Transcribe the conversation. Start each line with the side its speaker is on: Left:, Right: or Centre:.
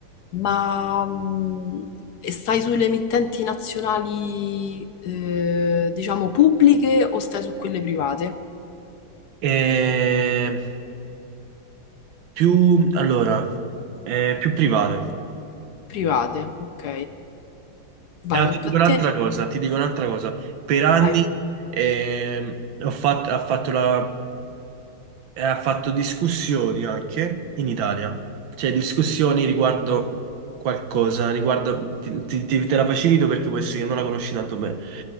Left: ma mm, e stai sulle emittenti nazionali, eh, diciamo, pubbliche o stai su quelle private?
Right: Eh, più, allora, eh, più private.
Left: Private, ok. Vai,
Right: Ah,
Left: tocca
Right: ti dico
Left: a
Right: un'altra
Left: te.
Right: cosa, ti dico un'altra cosa. Per anni
Left: Vai.
Right: ehm, ho fatto, ha fatto la e ha fatto discussioni anche in Italia, cioè discussioni riguardo qualcosa, riguardo, ti, ti- ti- te la facilito perché può essere che non la conosci tanto bene.